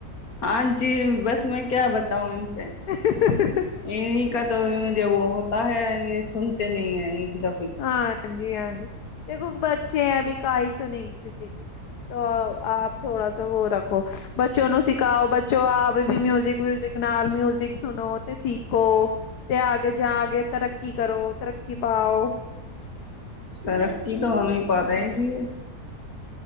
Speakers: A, on the left; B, on the left.
A: ਹਾਂਜੀ ਬਸ ਮੈਂ ਕਿਆ ਬਤਾਊ ਇਨਸੇ
B: <inaudible>
A: ਇੰਹੀ ਕਾ ਤੋ ਜੇ ਉਹ ਹੋਤਾ ਹੈ ਯਹ ਸੁਨ ਤੇ ਨੀ ਹੈ ਇੱਕ ਦਫ਼
B: ਹਾਂਜੀ ਹਾਂਜੀ ਦੇਖੋ ਬੱਚੇ ਐ ਵੀ ਕਾਈ ਸੁਣੀ ਗੇ ਕਿਸੇ ਕੀ ਆਪ ਥੋੜਾ ਸਾ ਵੋ ਰੱਖੋ, ਬੱਚੋ ਨੂੰ ਸਿਖਾਓ ਬੱਚੋ ਆਪ ਵੀ ਮਿਊਜ਼ਿਕ-ਵਿਊਜਿਕ ਨਾਲ ਮਿਊਜਿਕ ਸੁਣੋ ਤੇ ਸਿੱਖੋ ਤੇ ਆਗੇ ਜਾ ਕੇ ਤਰੱਕੀ ਕਰੋ ਤਰੀ ਕੀ ਪਾਓ।
A: ਤਰੱਕੀ ਤੋ ਉਮੇ ਈ ਪਾਦੇ ਜੀ ਯੇ।